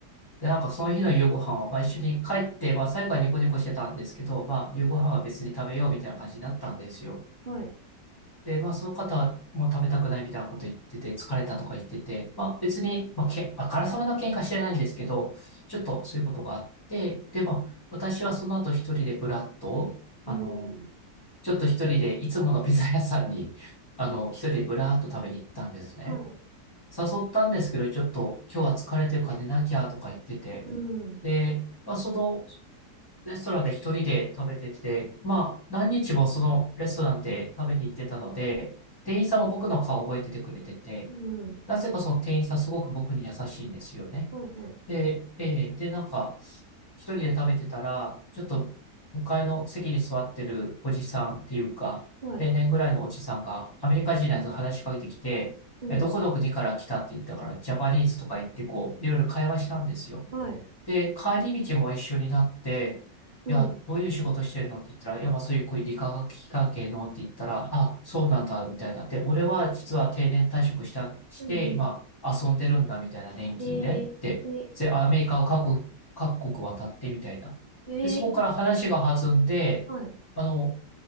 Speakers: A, on the left; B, on the right.
A: で、なんかその日の夕ご飯は、まあ、一緒に帰って、まあ最後はニコニコしてたんですけど、まあ夕ご飯は別に食べようみたいな感じになったんですよ。
B: うんはい。
A: で、まあ、その方も食べたくないみたいなこと言ってて、疲れたとか言ってて、まあ、
B: うん。
A: 別に、まあ、け、まあからさまな喧嘩してないんですけど、ちょっとそういうことがあって、で、まあ、私はその後一人でブラッと、あの、
B: うん。
A: ちょっと一人でいつものピザ屋さんに、<laughs> あの、
B: うん
A: 一人でブラーっと食べに行ったんですね。
B: はい。
A: 誘ったんですけど、ちょっと今日は疲れてるから寝なきゃとか言ってて、
B: うん。
A: で、まあ、その、レストランで一人で食べてて、まあ、何日もそのレストランで食べに行ってたので、店員さんは僕の顔を覚えててくれてて、
B: うん。
A: なぜかその店員さんすごく僕に優しいんですよね。
B: はい。はい。
A: で、ええで、なんか、一人で食べてたら、ちょっと向かいの席に座ってるおじさんっていうか、
B: はい。
A: 定年ぐらいのおじさんが、アメリカ人のやつが話しかけてきて、
B: うん。
A: え、どこどこから来たって言ったから、ジャパニーズとか言って、こう、いろいろ会話したんですよ。
B: はい。
A: で、帰り道も一緒になって、
B: うん。
A: いや、どういう仕事してるのって言ったら、いや、まあそういう、こういう理化学機関系のって言ったら、あ、そうなんだ、みたいな。で、俺は実は定年退職した、して、
B: うんうん。
A: 今、遊んでるんだ、みたいな、年金で。
B: へえ、
A: でで、
B: え、
A: アメリカを各国、各国渡ってみたいな。
B: ええいいですね。
A: で、そこから話が弾んで、
B: はい。
A: あの、